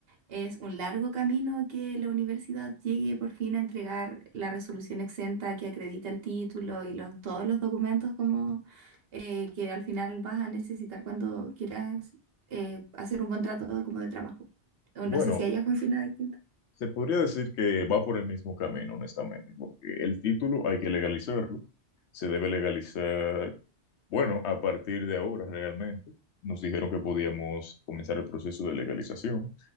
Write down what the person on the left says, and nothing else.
bueno,
se podría decir que va por el mismo camino, honestamente, porque el título hay que legalizarlo, se debe legalizar Bueno, a partir de ahora realmente nos dijeron que podíamos comenzar el proceso de legalización.